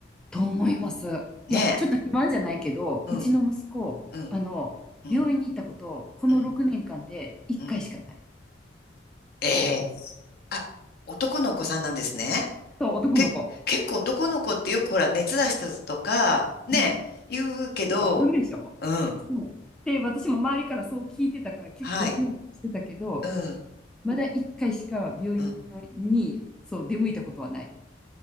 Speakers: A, in the centre; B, on the left.
A: と思います。
B: ねえ。
A: いや、ちょっと自慢じゃないけど、
B: うん、
A: うちの息子、
B: うん、
A: あの、
B: うん、
A: 病院に行ったこと、この6年間で1回しかない。
B: うん、うん。ええ。あ、男の子さんなんですね。
A: そう、男の子。
B: け、結構男の子ってよくほら、熱出したとか、ねえ、
A: うん。
B: 言うけど、
A: でしょなるでしょ
B: うん、
A: そう。で、私も周りからそう聞いてたから結構ヒヤヒヤしてたけど、
B: はい、うん、
A: まだ1回しか病院のに、
B: うん。
A: そう、出向いたことはない。